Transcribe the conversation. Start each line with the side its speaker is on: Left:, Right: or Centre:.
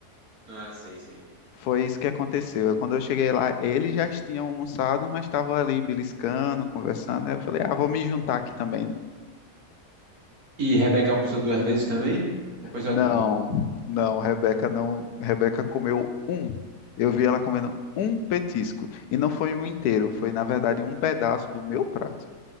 Right: Ah, sei, sei.
Left: Foi isso que aconteceu. Eu- Quando eu cheguei lá, eles já tinham almoçado, mas estavam ali beliscando, conversando. Aí eu falei, ah, vou me juntar aqui também.
Right: E Rebeca almoçou duas vezes também? Ou foi só
Left: Não,
Right: tu?
Left: não, Rebeca não. Rebeca comeu um. Eu vi ela comendo um petisco. E não foi um inteiro, foi na verdade um pedaço do meu prato.